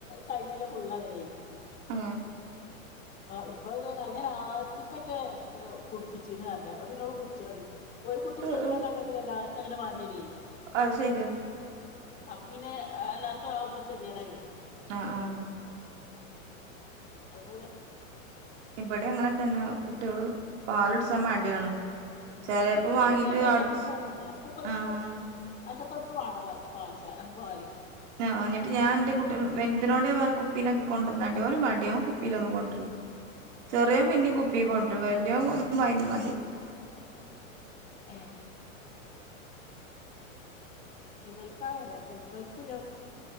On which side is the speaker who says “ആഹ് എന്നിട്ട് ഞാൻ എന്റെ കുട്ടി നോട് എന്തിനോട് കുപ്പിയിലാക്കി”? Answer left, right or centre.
Right